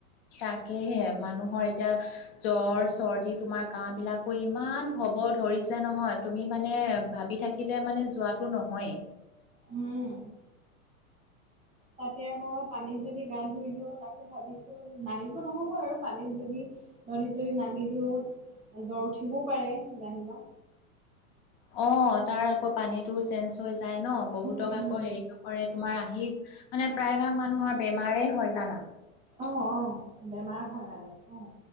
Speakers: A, on the left (about 45°); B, on the right (about 15°).
A: তাকেহে মানুহৰ এতিয়া জ্বৰ চৰ্দি তোমাৰ কাহ বিলাকো ইমান হ'ব ধৰিছে নহয়, তুমি মানে ভাবি থাকিলে মানে যোৱাটো নহয়েই।
B: উম। তাতে আকৌ পানীত যদি গা ধুই দিওঁ তাকো ভাবিছোঁ। নামিব নহ'ব আৰু পানীত যদি নদীত যদি নামি দিওঁ জ্বৰ উঠিবও পাৰে জানিবা!
A: অ তাৰ আকৌ পানীতো চেঞ্জ হৈ যায় ন, বহুতক
B: উম উম
A: আকৌ
B: অ
A: হেৰি কৰে তোমাৰ আহি, মানে প্ৰায় ভাগ মানুহৰ বেমাৰে হয় জানা।
B: অ, অ বেমাৰ হয় মানে অ।